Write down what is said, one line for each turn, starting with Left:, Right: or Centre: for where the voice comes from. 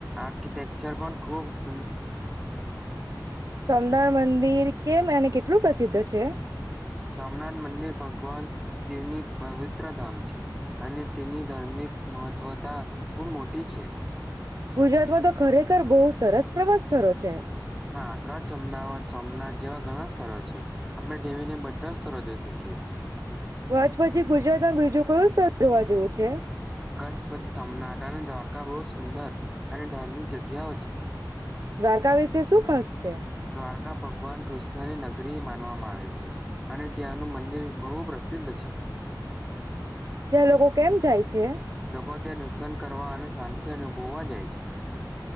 Centre: આર્કિટેક્ચર પણ ખુબ સુંદ
Right: સોમદથ મંદિર કેમ અને કેટલું પ્રસિદ્ધ છે?
Centre: સોમનાથ મંદિર ભગવાન શિવની પવિત્ર ધામ છે અને તેની ધાર્મિક મહત્વતા ખૂબ મોટી છે.
Right: ગુજરાતમાં તો ખરેખર બહુ સરસ પ્રવાસ સ્થરો છે.
Centre: હા કચ્છ, અમદાવાદ, સોમનાથ જેવા ઘણા સ્થળ છે આપણે ધીમી ધીમ બધા સ્થરો જોઈ શકીએ.
Right: કચ્છ પછી ગુજરાતમાં બીજું કયું સ્થળ જોવા જેવું છે
Centre: કચ્છ પછી સોમનાથ અને દ્વારકા બહુ સુંદર અને ધાર્મિક જગ્યાઓ છે.
Right: દ્વારકા વિશે શું ખાસ? છે.
Centre: આખા ભગવાન કૃષ્ણની નગરી માનવામાં આવે છે અને ત્યાંનું મંદિર બહુ પ્રસિદ્ધ છે.
Right: ત્યાં લોકો કેમ જાય છે
Centre: લોકો ત્યાં દર્શન કરવા અને શાંતિ અનુભવુવા જાય છે.